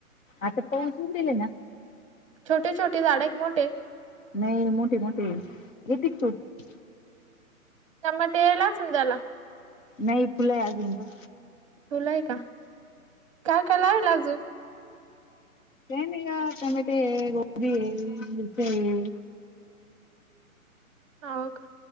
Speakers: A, on the left; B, on the right.
A: आता पाऊस उघडेले ना
B: छोटे छोटे झाड आहे का मोठे
A: नाही मोठीे मोठीे. येती का तू?
B: टमाटे लाच द्याला
A: नाही फुले आहे आजून गं
B: फुलं आहे का काय काय लावीला अजून
A: काय नाही गं. टमाटे आहे, गोबी आहे, मिरची आहे.
B: हौ का